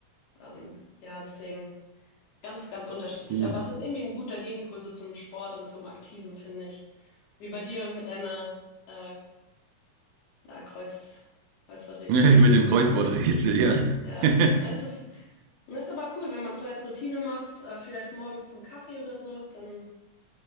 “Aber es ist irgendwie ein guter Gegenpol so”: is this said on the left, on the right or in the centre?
Left